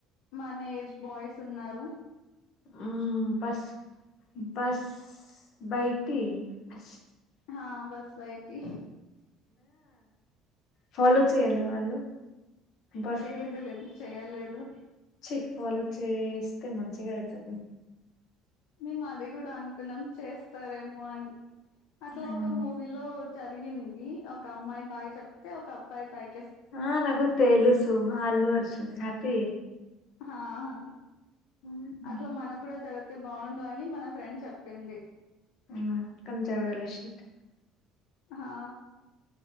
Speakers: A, on the left (about 80°); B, on the left (about 60°).
A: మన ఏజ్ బాయ్స్ ఉన్నారు
B: ఉ బస్ బస్ బైటి అస్
A: హా బస్ బయ్ టీ
B: ఫలోచే తేలే వాళు బస్కి
A: లేదు లేదు చేయలేదు
B: ఛీ ఫలో చేస్తే మంచిగైతది
A: మేము అది కూడా అనుకున్నాం చేస్తారూ వాల్ అట్లా
B: ఉమ్.
A: ఒక మూవీలో జరిగింది ఒక అమ్మాయి బాయ్ చెప్తే ఒక అబ్బాయి బాయ్
B: ఆ నాకు తెలుసు ఆ అల్లు అర్జున్ హ్యాపీ
A: హా హా
B: ఉమ్
A: అట్లా మనకు కూడా జరిగితే బాగుండు అని మన ఫ్రెండ్ చెప్పింది
B: ఉమ్ కానీ జరగలే షట్
A: హా